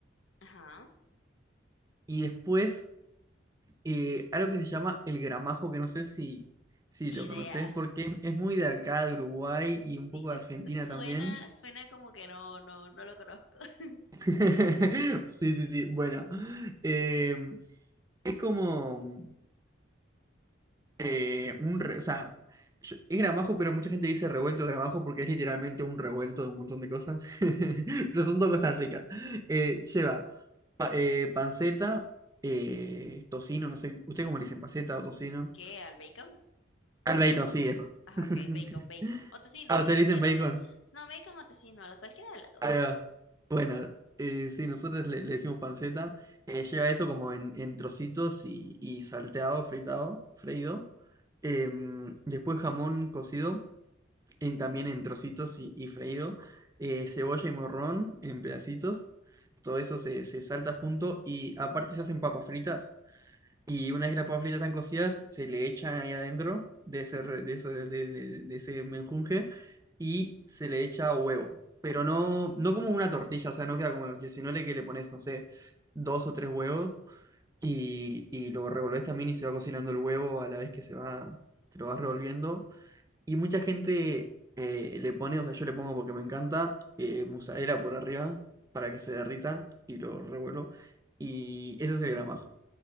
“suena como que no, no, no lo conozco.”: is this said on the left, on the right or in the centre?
Left